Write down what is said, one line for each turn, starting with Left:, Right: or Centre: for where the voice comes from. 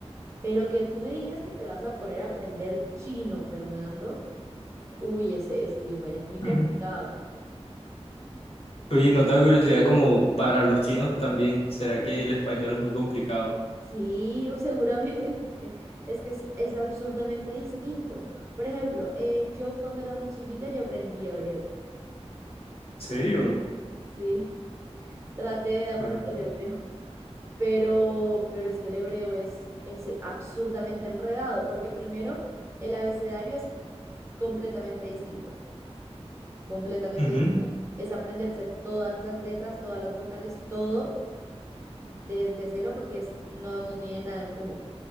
Right: Pero que tú me digas que te vas a poner a aprender chino, Fernando, uy, ese, ese idioma ya es muy complicado.
Left: <laughs> Oye, no te da curiosidad como para los chinos también, ¿será que el español es muy complicado?
Right: Sí, o seguramente. <laughs> Es que es, es absurdamente distinto. Por ejemplo, eh, yo cuando era más chiquita yo aprendí hebreo.
Left: ¿Serio?
Right: Sí, <laughs> traté de aprender
Left: Ah,
Right: hebreo. Pero, pero es que el hebreo es, es absurdamente enredado, porque primero el abecedario es completamente distinto. Completamente
Left: ujú.
Right: distinto. Es aprenderse todas las letras, todas las vocales, todo desde cero, porque es, no, no tiene nada en común.